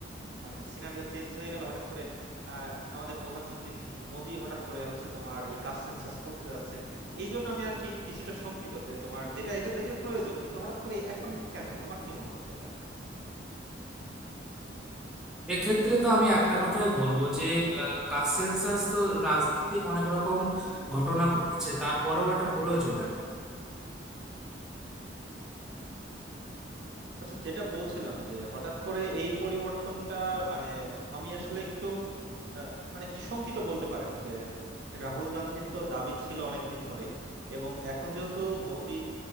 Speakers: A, on the right; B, in the centre.
A: মানে সিনারিও চেঞ্জ হয়ে গেল হঠাৎ করে আহ, আমাদের প্রধানমন্ত্রী মোদী হঠাৎ করে হচ্ছে তোমার এই কাস্ট সেন্সাস করতে যাচ্ছে এই জন্য আমি আর কি কিছুটা শঙ্কিত যে তোমার যেটা এটা যদিও প্রয়োজন কিন্তু হঠাৎ করে এখন কেন তোমার কি মনে হচ্ছে এটা
B: এক্ষেত্রে তো আমি একটা কথাই বলবো যে কাস্ট সেন্সাস তো রাজনৈতিক অনেক রকম ঘটনা ঘটেছে তারপরেও এটা প্রয়োজন
A: আচ্ছা যেটা বলছিলাম যে হঠাৎ করে এই পরিবর্তনটা মানে আমি আসলে একটু আহ, মানে কি শঙ্কিত বলতে পারেন যে রাহুল গান্ধীর তো দাবি ছিল অনেকদিন ধরেই এবং এখন যেহেতু মোদি